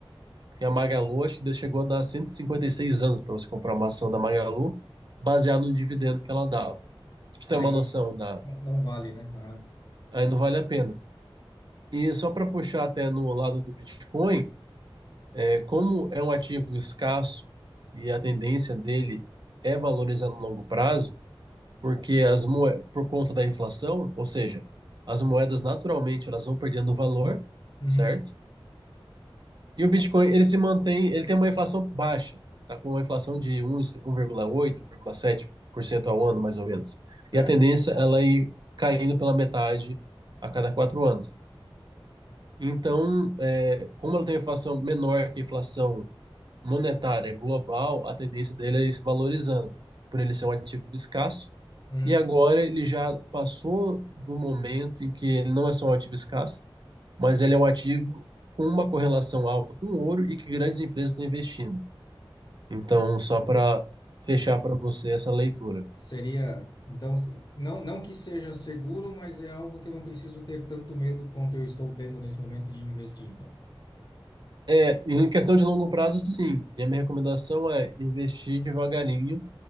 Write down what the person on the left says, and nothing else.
Aí
não, não vale, né? Aham.
Uhum.
Certo.
Uhum.
Seria, então, não, não que seja seguro, mas é algo que eu não preciso ter tanto medo quanto eu estou tendo nesse momento de investir, então.